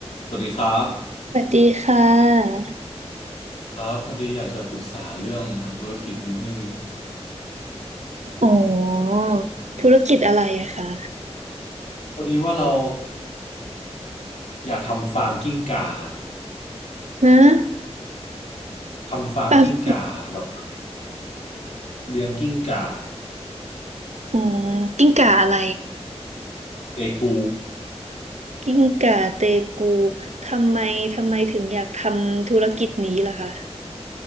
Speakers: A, on the left; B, on the right.
A: สวัสดีครับ
B: สวัสดีค่ะ
A: ครับพอดีอยากจะปรึกษาเรื่องทำธุรกิจนิดนึง
B: อ๋อธุรกิจอะไรอะคะ
A: พอดีว่าเราอยากทำฟาร์มกิ้งก่า
B: นะ
A: ทำฟาร์มกิ้งก่าแบบ
B: ปั๊บ
A: เลี้ยงกิ้งก่า
B: อ๋อกิ้งก่าอะไร
A: เอกู
B: กิ้งก่าเตกู ทำไมทำไมถึงอยากทำธุรกิจนี้ล่ะคะ